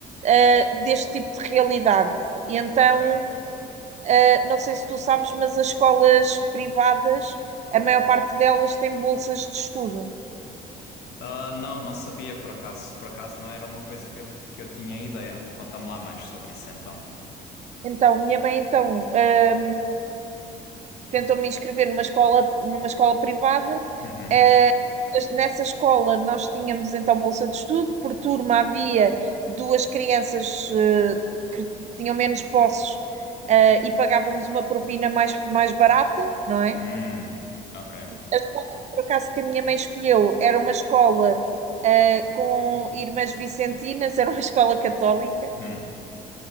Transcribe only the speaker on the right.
ah, deste tipo de realidade. E então,
ah, não sei se tu sabes, mas as escolas privadas, a maior parte delas tem bolsas de estudo.
Então, minha mãe então ah, tentou me inscrever numa escola, numa escola privada.
Eh, nessa escola nós tínhamos então bolsa de estudo, por turma havia duas crianças eh, que tinham menos posses eh, e pagávamos uma propina mais, mais barata, não é?
A escola, por acaso, que a minha mãe escolheu era uma escola eh, com irmãs vicentinas, era uma <laughs> escola católica,